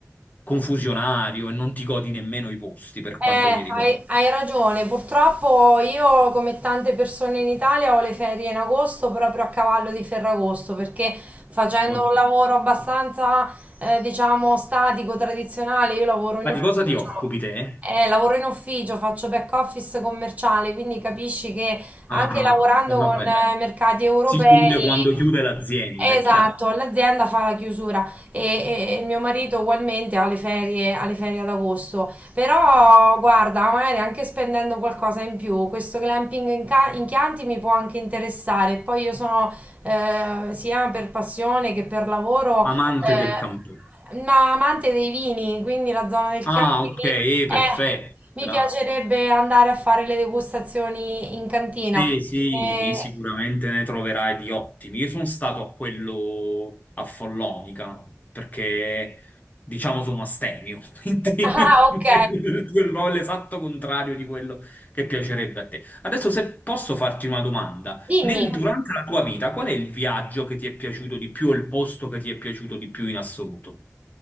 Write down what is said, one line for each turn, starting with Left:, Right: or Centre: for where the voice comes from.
Left: confusionario e non ti godi nemmeno i posti per
Right: Eh,
Left: quanto mi riguarda.
Right: hai, hai ragione, purtroppo io come tante persone in Italia ho le ferie in agosto proprio a cavallo di Ferragosto perché facendo
Left: Oddio.
Right: un lavoro abbastanza eh, diciamo statico, tradizionale, io lavoro in
Left: Ma
Right: ufficio,
Left: di cosa ti
Right: diciamo,
Left: occupi te?
Right: eh, lavoro in ufficio, faccio back office commerciale, quindi capisci che
Left: Ah,
Right: anche lavorando
Left: e vabbè.
Right: con eh, mercati europei
Left: Si chiude quando chiude l'azienda,
Right: Esatto,
Left: è chiaro.
Right: l'azienda fa la chiusura e, e- e mio marito ugualmente ha le ferie, ha le ferie ad agosto. Però guarda, magari anche spendendo qualcosa in più, questo glamping in, Ca- in Chianti mi può anche interessare. Poi io sono eh, sia per passione che per lavoro
Left: Amante
Right: eh,
Left: del campo.
Right: ma amante dei vini, quindi la zona del
Left: Ah,
Right: Chianti
Left: ok,
Right: mi,
Left: eh,
Right: eh,
Left: perfetto.
Right: mi
Left: Gra-
Right: piacerebbe andare a fare le degustazioni in cantina.
Left: Sì, sì,
Right: Eh,
Left: sicuramente ne troverai di ottimi. Io sono stato a quello a Follonica perché, diciamo, sono astemio, <laughs> quindi
Right: <laughs> ah,
Left: proprio
Right: ok,
Left: l'esatto contrario di quello che piacerebbe a te. Adesso, se posso farti una domanda,
Right: dimmi.
Left: Nel- durante la tua vita, qual è il viaggio che ti è piaciuto di più o il posto che ti è piaciuto di più in assoluto?